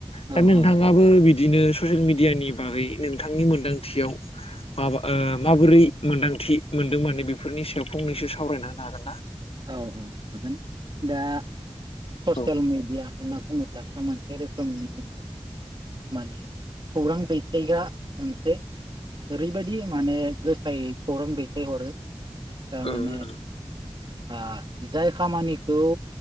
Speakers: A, on the right; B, on the left.
A: औ
B: दा नोंथाङाबो
A: औ
B: बिदिनो ससियेल मिडियानि बागै नोंथांनि मोनदांथियाव माबा ओ माबोरै मोनदांथि मोनदों माने बेफोरनि सायाव फंनैसो सावरायना होनो हागोन ना?
A: औ औ हागोन दा ससियेल
B: ना औ
A: मेडिया होनना बुङोब्लासो मोनसे रोखोमनि जोङो माने खौरां दैथायग्रा मोनसे ओरैबायदि माने गोसायै खौरां दैथायहरो थारमाने
B: ओ ओ।
A: ओ जाय खामानिखौ